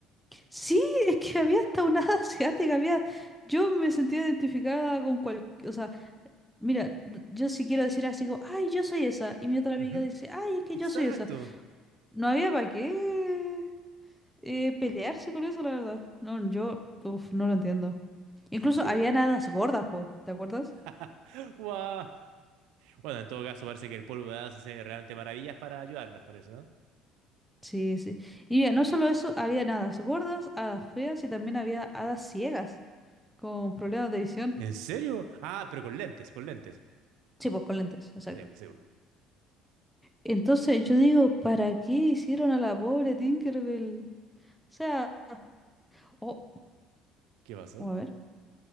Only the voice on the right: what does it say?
Ujú,
Exacto.
Sí.
<laughs> Guau. Bueno, en todo caso, parece que el polvo de hadas hace realmente maravillas para ayudarlas, parece, ¿no?
¿En serio? Ah, pero con lentes, con lentes.
Sí, po, sí. po.
¿Qué pasó?